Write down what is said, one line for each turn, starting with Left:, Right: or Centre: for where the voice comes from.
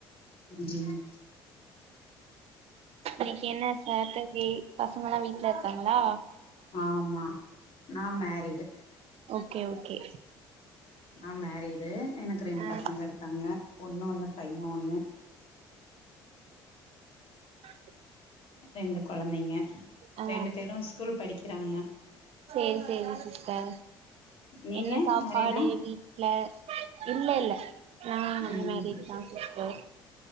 Left: உம்
Right: இன்னைக் என்ன சாட்டர்டே பசங்கல்லா வீட்லருக்காங்ளா
Left: ஆமா நா மேரிடு
Right: ஓகே ஓகே
Left: நா மேரி டு எனக்கு ரெண்டு
Right: ஆ
Left: பசங்க இருக்காங்க பொண்ணு ஒன்னு பைய ஒன்னு
Right: அ
Left: ரெண்டு கொழந்தைங்க
Right: ஆ
Left: ரெண்டு பேரு ஸ்கூல் படிக் க்றாங்க
Right: சேரி சேரி சிஸ்டர்
Left: நீங்க
Right: என்ன சாப்பாடு
Left: மேரிடா
Right: வீட்ல இல்ல இல்ல நா அன்மேரீட்தா
Left: ம்
Right: சிஸ்டர்